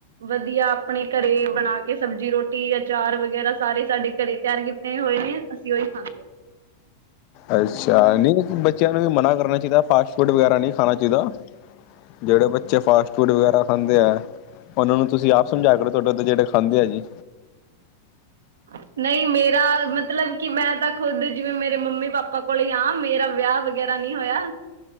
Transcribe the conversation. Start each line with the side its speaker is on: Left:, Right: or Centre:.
Right: ਵਧੀਆ ਆਪਣੇ ਘਰੇ ਬਣਾ ਕੇ, ਸਬਜ਼ੀ ਰੋਟੀ, ਅਚਾਰ ਵਗੈਰਾ ਸਾਰੇ ਸਾਡੇ ਘਰੇ ਤਿਆਰ ਕੀ ਤੇ ਹੋਏ ਨੇ ਅਸੀਂ ਉਹੀ ਖਾਂਦੇ ਹਾਂ।
Left: ਅੱਛਾ ਨਹੀਂ ਬੱਚਿਆਂ ਨੂੰ ਵੀ ਮਨਾ ਕਰਨਾ ਚਾਹੀਦਾ ਫਾਸਟ ਫੂਡ ਵਗੈਰਾ ਨਹੀਂ ਖਾਣਾ ਚਾਹੀਦਾ। ਜਿਹੜੇ ਬੱਚੇ ਫਾਸਟ ਫੂਡ ਵਗੈਰਾ ਖਾਂਦੇ ੲੈ, ੳਹਨਾ ਨੂੰ ਤੁਸੀਂ ਆਪ ਸਮਝਾਇਆ ਕਰੋ ਤੁਹਾਡੇ ਜਿਹੜੇ ਖਾਂਦੇ ਆ ਜੀ।
Right: ਅੱ <inaudible> <unintelligible> ਨਹੀਂ ਮੇਰਾ ਮਤਲਬ ਕਿ ਮੈਂ ਤਾਂ ਖੁੱਦ ਜਿਵੇਂ ਮੇਰੇ ਮੰਮੀ ਪਾਪਾ ਕੋਲ ਹੀ ਆ ਮੇਰਾ ਵਿਆਹ ਵ ਵਗੈਰਾ ਨਹੀਂ ਹੋਇਆ।